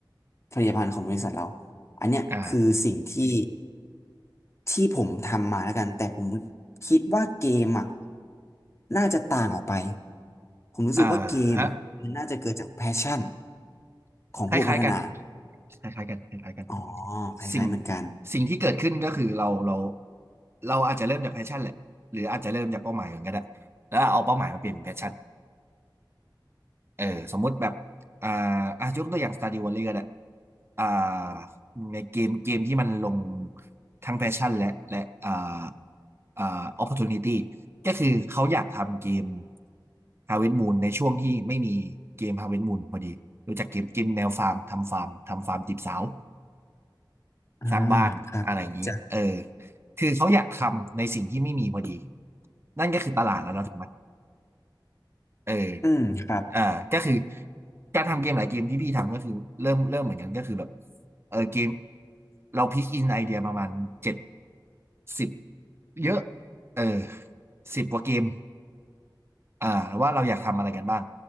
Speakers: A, on the left; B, on the right.
A: ผลิตภัณฑ์ของบริษัทเราอันเนี้ยคือสิ่งที่
B: อ่ะ
A: ที่ผมทำมาแล้วกันแต่ผมคิดว่าเกมอ่ะน่าจะต่างออกไปผมรู้สึกว่าเกมมันน่าจะเกิดจากแพชชั่น
B: อ่ะฮะ
A: ของผู้พัฒนา
B: คล้ายๆกันคล้ายๆกันคล้ายๆกัน
A: อ๋อคล้ายๆเหมือนกัน
B: สิ่งสิ่งที่เกิดขึ้นก็คือเราเราเราอาจจะเริ่มจากแพชชั่นแหละหรืออาจจะเริ่มจากเป้าหมายก่อนก็ได้แล้วเอาเป้าหมายมาเปลี่ยนเป็นแพชชั่น เออสมมุติแบบอ่าอ่ะยกตัวอย่าง Stardew Valley ก็ได้อ่าในเกมเกมที่มันลงทั้งแพชชั่นและและอ่าอ่า opportunity ก็คือเขาอยากทำเกม Harvest Moon ในช่วงที่ไม่มีเกม Harvest Moon พอดีรู้จักเกมเกมแนวฟาร์มทำฟาร์มทำฟาร์มจีบสาว
A: อ่า
B: สร้างบ้านอะไรอย่างนี้เออ
A: ครับจาก
B: คือเขาอยากทำในสิ่งที่ไม่มีพอดีนั่นก็คือตลาดแล้วนะถูกไหม เออ
A: อืมครับ
B: อ่าก็คือการทำเกมหลายเกมที่พี่ทำก็คือเริ่มเริ่มเหมือนกันก็คือแบบเออเกมเราพิกอินไอเดียประมาณเจ็ดสิบเยอะเออสิบกว่าเกมอ่าว่าเราอยากทำอะไรกันบ้าง